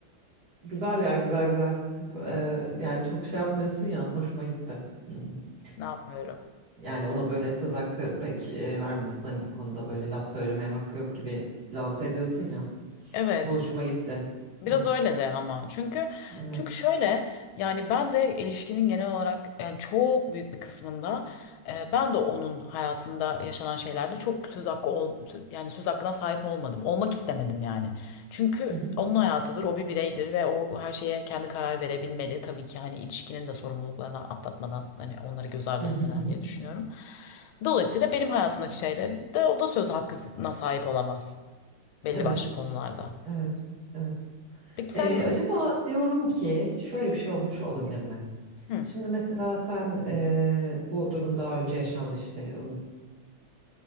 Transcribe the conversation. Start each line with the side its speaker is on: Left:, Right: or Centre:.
Right: e, güzel ya güzel güzel. E, yani çok şey yapmıyorsun ya hoşuma gitti. Hmm.
Left: Ne yapmıyorum?
Right: Yani ona böyle söz hakkı pek e, vermiyorsun. Hani bu konuda böyle laf söylemeye hakkı yok gibi lanse ediyorsun ya.
Left: Evet.
Right: Bu hoşuma gitti.
Left: Biraz
Right: Evet.
Left: öyle de ama çünkü
Right: Evet.
Left: çünkü şöyle yani ben de ilişkinin genel olarak yani çok büyük bir kısmında e, ben de onun hayatında yaşanan şeylerde çok söz hakkı ol, yani söz hakkına sahip olmadım. Olmak istemedim yani. Çünkü
Right: Hı hı.
Left: onun hayatıdır, o bir bireydir ve o her şeye kendi karar verebilmeli. Tabii ki hani ilişkinin de sorumluluklarını atlatmadan hani onları göz ardı
Right: Hı hı
Left: etmeden
Right: hı. hı.
Left: diye düşünüyorum. Dolayısıyla benim hayatımdaki şeylerde o da söz hakkına sahip olamaz belli
Right: Evet.
Left: başlı konularda.
Right: Evet. Evet.
Left: Peki
Right: Ee,
Left: sen
Right: acaba diyorum ki şöyle bir şey olmuş olabilir mi?
Left: Hı.
Right: Şimdi mesela sen eee, bu durum daha önce yaşandı işte